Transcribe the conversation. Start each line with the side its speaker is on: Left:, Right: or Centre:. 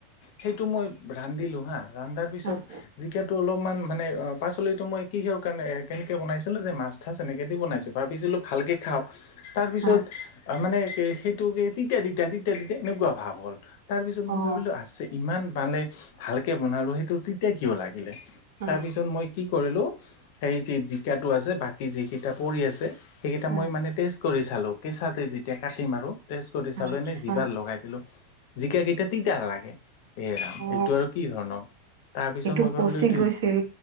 Left: সেইটো মই ৰান্ধিলো হা ৰান্ধাৰ পিছত
Right: হয়
Left: জিকাতটো অলপমান মানে পাচলিতো মই কিহৰ কাৰণে কেনেকে বনাইছিলো যে মাছ ঠাচ এনেকে দি বনাইছো ভাবিছিলো ভালকে খাওঁ তাৰ পিছত
Right: হয়
Left: মানে কি সেইটো কি তিতা তিতা এনেকুৱা ভাৱ হ'ল তাৰপিছত মই
Right: অ
Left: ভাবিলোঁ আছে ইমান মানে ভালকৈ বনালোঁ সেইটো তিতা কিয় লাগিলে
Right: হয়
Left: তাৰপিছত মই কি কৰিলো সেই যে জিকাটো আছে বাকী যিকেইটা পৰি আছে সেইকেইটা
Right: হয়
Left: মই মানে টেষ্ট কৰি চালো কেঁচাতে যেতিয়া কাটিম আৰু টেষ্ট কৰি
Right: হয়
Left: চালো এনেই জিভাত
Right: হয়
Left: লগাই দিলো জিকাকেইটা তিতা লাগে এৰাম
Right: অ
Left: এইটো আৰু কি ধৰণৰ তাৰ পিছত
Right: সেইটো
Left: মই ভাবিলো
Right: পচি
Left: এইটো
Right: গৈছিল